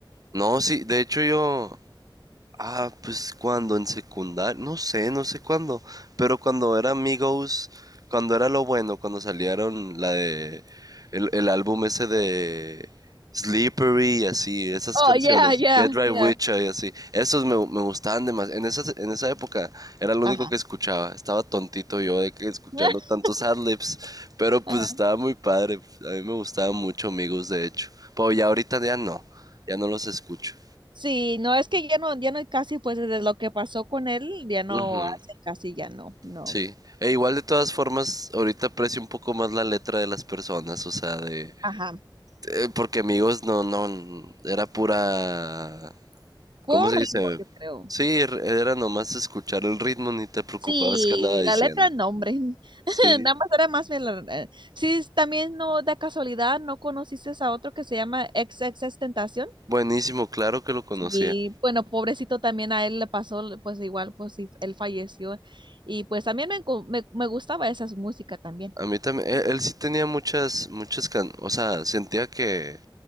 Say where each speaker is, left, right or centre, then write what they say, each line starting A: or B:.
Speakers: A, on the right; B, on the right.
A: No, sí, de hecho yo, Ah, pues cuando en secundaria, no sé, no sé cuándo, pero cuando era Amigos, cuando era lo bueno, cuando salieron la de el, el álbum ese de Slippery y así, esas
B: Oh,
A: canciones,
B: yeah, yeah,
A: Get Right
B: yeah.
A: With Ya y así, esos me, me gustaban demasiado. En esa, en esa época era lo
B: Ajá.
A: único que escuchaba, estaba tontito yo de que escuchando
B: <laughs>
A: tantos adlibs, pero pues
B: Ajá.
A: estaba muy padre, a mí me gustaban mucho Amigos de hecho, pero ya ahorita ya no, ya no los escucho.
B: Sí, no es que ya no, ya no hay casi, pues desde lo que pasó con él, ya no
A: Ujú.
B: hace casi, ya no, no.
A: Sí. E igual de todas formas, ahorita aprecio un poco más la letra de las personas, o sea, de...
B: Ajá.
A: eh, porque amigos no, no, era pura...
B: Por
A: ¿Cómo se dice?
B: ritmo, yo creo.
A: Sí, er- era nomás escuchar el ritmo, ni te preocupabas
B: Sí,
A: que andaba diciendo.
B: la letra no, hombre.
A: Sí,
B: <laughs> Nada más era más. mela- eh, Sí, también no, de casualidad, ¿no conociste a otro que se llama ex Tentación?
A: buenísimo, claro que lo conocía.
B: Y bueno, pobrecito también a él le pasó, le- pues igual, pues sí, él falleció. Y pues también me, encu- me, me gustaba esa música también.
A: A mí también, él, él sí tenía muchas, muchas can... O sea, sentía que